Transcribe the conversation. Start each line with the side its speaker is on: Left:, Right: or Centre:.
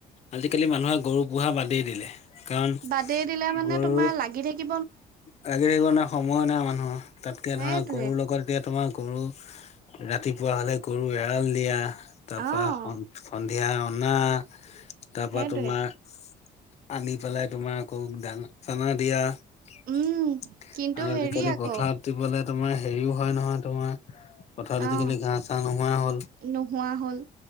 Left: আজিকালি মানুহে গৰু পুহা বাদেই দিলে। কাৰণ
Right: বাদেই দিলে মানে
Left: গৰু
Right: তোমাৰ লাগি থাকি
Left: লাগি থাকিব নোৱাৰে সময় নাই মানুহৰ, তাতকে
Right: সেইটোৱে
Left: ধৰা গৰুৰ লগত এতিয়া তোমাৰ গৰু ৰাতিপুৱা হলে গৰু এৰাল দিয়া তাৰপৰা
Right: অ',
Left: সন সন ধিয়া অনা তাৰপৰা
Right: সেইটোৱে
Left: তোমাৰ আনি পেলাই তোমাৰ আকৌ দানা চানা দিয়া। আৰু
Right: উম, কিন্তু
Left: আজিকালি
Right: হেৰি আকৌ
Left: পথাৰত দিবলে তোমাৰ হেৰিও হয় নহয় তোমাৰ পথাৰত
Right: অ',
Left: আজিকালি ঘাঁহ চাঁহ নোহোৱা হ'ল।
Right: নোহোৱা হ'ল